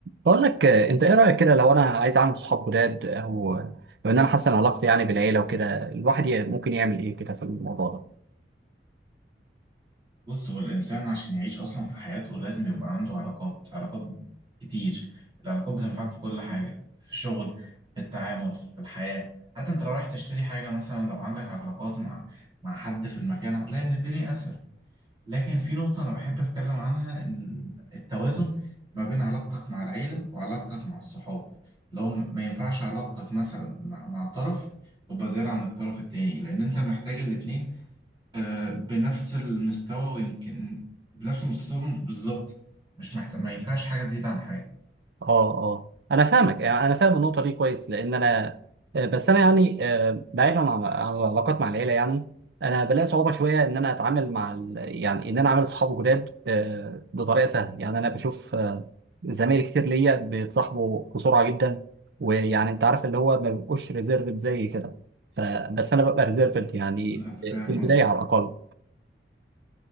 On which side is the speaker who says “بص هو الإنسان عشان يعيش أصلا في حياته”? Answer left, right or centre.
Right